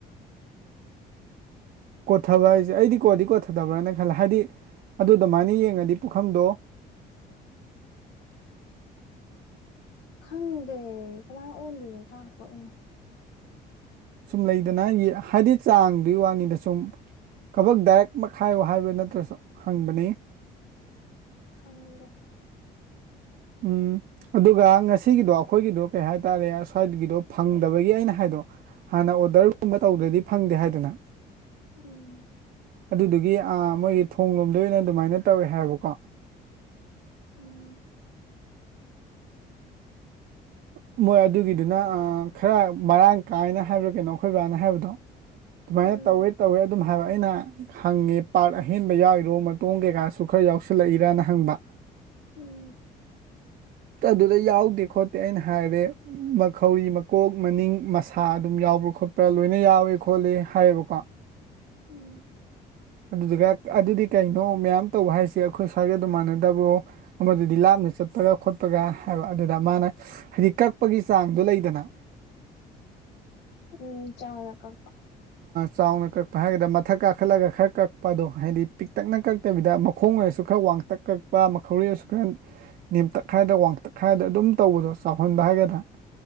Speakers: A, on the right; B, on the left.
A: ꯀꯣꯠꯊꯕ ꯍꯥꯏꯁꯦ ꯑꯩꯗꯤ ꯀꯣꯠꯗꯤ ꯀꯣꯠꯊꯗꯕ꯭ꯔꯅ ꯈꯜꯂꯦ ꯍꯥꯏꯗꯤ ꯑꯗꯨ ꯑꯗꯨꯃꯥꯏꯅ ꯌꯦꯡꯉꯗꯤ ꯄꯨꯈꯝꯗꯣ
B: ꯈꯪꯗꯦ ꯀꯃꯥꯏꯅ ꯑꯣꯟꯗꯣꯏꯅꯣ ꯆꯥꯄꯣꯑꯦ
A: ꯁꯨꯝ ꯂꯩꯗꯅ ꯍꯥꯏꯗꯤ ꯆꯥꯡꯗꯨꯒꯤ ꯋꯥꯅꯤꯗ ꯁꯨꯝ ꯀꯕꯛ ꯗꯥꯏꯔꯦꯛ ꯃꯈꯥꯏꯌꯣ ꯍꯥꯏꯕ ꯅꯠꯇ꯭ꯔꯁꯨ ꯍꯪꯕꯅꯤ
B: ꯈꯪꯂꯅ
A: ꯎꯝ ꯑꯗꯨꯒ ꯉꯁꯤꯒꯤꯗꯣ ꯑꯩꯈꯣꯏꯒꯤꯗꯣ ꯀꯩ ꯍꯥꯏꯇꯥꯔꯦ ꯁ꯭ꯋꯥꯏꯒꯤꯗꯣ ꯐꯪꯗꯕꯒꯤ ꯑꯩꯅ ꯍꯥꯏꯗꯣ ꯍꯥꯟꯅ ꯑꯣꯗꯔꯒꯨꯝꯕ ꯇꯧꯗ꯭ꯔꯗꯤ ꯐꯪꯗꯦ ꯍꯥꯏꯗꯅ
B: ꯎꯝ
A: ꯑꯗꯨꯗꯨꯒꯤ ꯃꯣꯏꯒꯤ ꯊꯣ ꯂꯣꯝꯗ ꯑꯣꯏꯅ ꯑꯗꯨꯃꯥꯏꯅ ꯇꯧꯋꯦ ꯍꯥꯏꯕꯀꯣ
B: ꯎꯝ
A: ꯎ ꯃꯣꯏ ꯑꯗꯨꯒꯤꯗꯨꯅ ꯈꯔ ꯃꯔꯥꯡ ꯀꯥꯏꯅ ꯍꯥꯏꯕ꯭ꯔꯥ ꯀꯩꯅꯣ ꯑꯩꯈꯣꯏ ꯕꯥꯅ ꯍꯥꯏꯕꯗꯣ ꯑꯗꯨꯃꯥꯏꯅ
B: ꯎꯝ
A: ꯇꯧꯋꯦ ꯇꯧꯋꯦ ꯑꯗꯨꯝ ꯍꯥꯏꯕ ꯑꯩꯅ ꯍꯪꯉꯦ ꯄꯥꯔꯛ ꯑꯍꯦꯟꯕ ꯌꯥꯎꯏꯔꯣ ꯃꯇꯣꯡ ꯀꯩꯀꯥꯁꯨ ꯈꯔ ꯌꯥꯎꯁꯜꯂꯛꯏꯔꯅ ꯍꯪꯕ
B: ꯎꯝ ꯎꯝ
A: ꯑꯗꯨꯗ ꯌꯥꯎ ꯗꯦꯈꯣ ꯑꯩꯅ ꯍꯥꯏꯔꯦ ꯃꯈꯧꯔꯤ ꯃꯀꯣꯛ ꯃꯅꯤꯡ ꯃꯁꯥ ꯑꯗꯨꯝ ꯌꯥꯎ꯭ꯔꯥ ꯈꯣꯠꯄ꯭ꯔꯥ ꯂꯣꯏꯅ ꯌꯥꯎꯋ ꯈꯣꯠꯂꯤ ꯍꯥꯏꯌꯦꯕꯀꯣ
B: ꯎꯝ
A: ꯑꯗꯨꯗꯨꯒ ꯑꯗꯨꯗꯤ ꯀꯩꯅꯣ ꯃꯌꯥꯝ ꯇꯧꯕ ꯍꯥꯏꯁꯦ ꯑꯩꯈꯣꯏ ꯁ꯭ꯋꯥꯏꯒꯤ ꯑꯗꯨꯝ ꯃꯥꯟꯅꯗꯕ꯭ꯔꯣ ꯑꯃꯗꯨꯗꯤ ꯂꯥꯞꯅ ꯆꯠꯄꯒ ꯈꯣꯠꯄꯒ ꯍꯥꯏꯕ ꯑꯗꯨꯅ ꯃꯥꯅ ꯍꯥꯏꯗꯤ ꯀꯛꯄꯒꯤ ꯆꯥꯡꯗꯣ ꯂꯩꯗꯅ
B: ꯎꯝ ꯆꯥ ꯂ ꯀꯄ
A: ꯆꯥꯎꯅ ꯀꯛꯄ ꯍꯥꯏꯒꯗ ꯃꯊꯛ ꯀꯥꯈꯠꯂꯒ ꯈꯔ ꯀꯛꯄ ꯑꯗꯣ ꯍꯥꯏꯗꯤ ꯄꯤꯛꯇꯛꯅ ꯀꯛ ꯀꯛꯇꯕꯤꯗ ꯃꯈꯣꯡ ꯑꯣꯏꯔꯁꯨ ꯈꯔ ꯋꯥꯡꯇꯛ ꯀꯛꯄ ꯃꯈꯧꯔꯁꯨ ꯈꯔ ꯅꯦꯝꯇꯛ ꯈꯥꯏꯗ ꯋꯥꯡꯇꯛ ꯈꯥꯏꯗ ꯑꯗꯨꯝ ꯇꯧꯕꯗꯣ ꯆꯥꯎꯍꯟꯕ ꯍꯥꯏꯒꯗ꯭ꯔꯥ